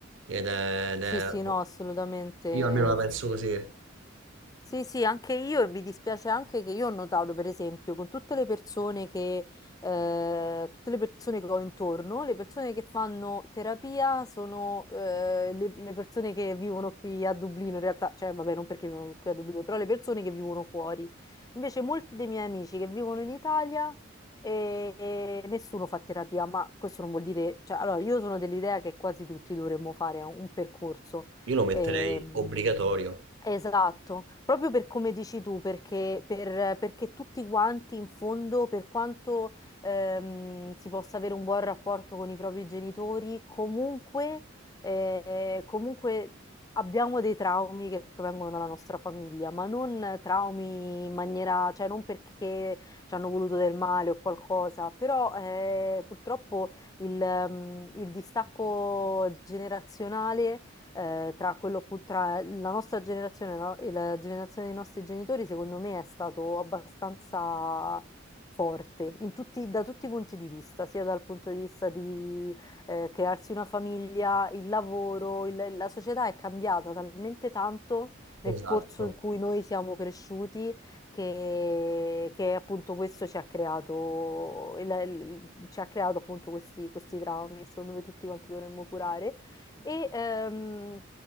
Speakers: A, on the right (about 70°); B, on the left (about 20°).
A: Ed è- ed
B: sì,
A: è-
B: sì, no, assolutamente.
A: Io almeno la penso così.
B: Sì, sì, anche io e mi dispiace anche che io ho notato, per esempio, con tutte le persone che, eh, tutte le persone che ho intorno, le persone che fanno terapia sono eh, le, le persone che vivono qui a Dublino, in realtà, cioè vabbè, non perché vivono qui a Dublino, però le persone che vivono fuori. Invece molti dei miei amici che vivono in Italia e, e nessuno fa terapia, ma questo non vuol dire, cioè, allora io sono dell'idea che quasi tutti dovremmo fare un percorso.
A: Io lo metterei
B: Ehm,
A: obbligatorio.
B: Esatto, proprio per come dici tu, perché, per- perché tutti quanti in fondo, per quanto ehm, si possa avere un buon rapporto con i propri genitori, comunque, eh, comunque abbiamo dei traumi che provengono dalla nostra famiglia, ma non traumi in maniera, cioè non perché ci hanno voluto del male o qualcosa, però eh, purtroppo il ehm, il distacco generazionale eh, tra quello appunto, tra la nostra generazione, no, e la generazione dei nostri genitori, secondo me è stato abbastanza forte in tutti- da tutti i punti di vista, sia dal punto di vista di eh, crearsi una famiglia, il lavoro, il- la società è cambiata talmente tanto nel
A: Esatto.
B: corso in cui noi siamo cresciuti che, che appunto questo ci ha creato, il- il- ci ha creato appunto questi, questi traumi che secondo me tutti quanti dovremmo curare. E, ehm,